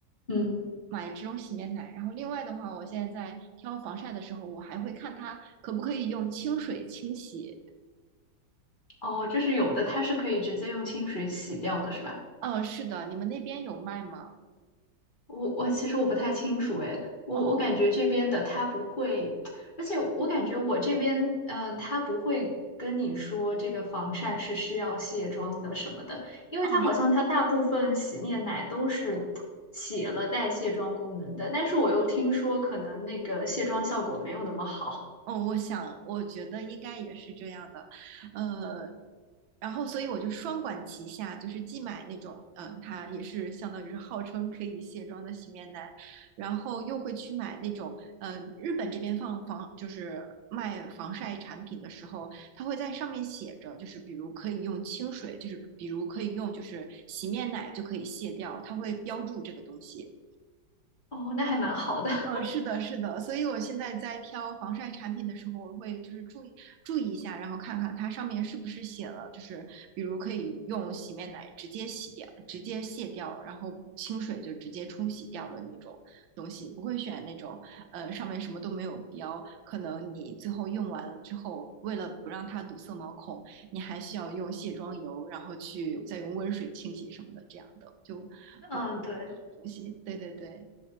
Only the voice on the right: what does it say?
买这种洗面奶。然后另外的话，我现在在挑防晒的时候，我还会看它可不可以用清水清洗。
嗯，是的，你们那边有卖吗？
哦
哦，
哦，我想，我觉得应该也是这样的，呃，然后所以我就双管齐下，就是既买那种，嗯、它也是相当于是号称可以卸妆的洗面奶，然后又会去买那种，呃，日本这边放防就是卖防晒产品的时候，它会在上面写着，就是比如可以用清水，就是比如可以用就是洗面奶就可以卸掉，它会标注这个东西。
嗯，是的，是的，所以我现在在挑防晒产品的时候，我会就是注意注意一下，然后看看它上面是不是写了，就是比如可以用洗面奶直接洗掉、直接卸掉，然后清水就直接冲洗掉的那种东西，不会选那种呃上面什么都没有标，可能你最后用完了之后，为了不让它堵塞毛孔，你还需要用卸妆油，然后去再用温水清洗什么的，这样的就
不
东西。对对对，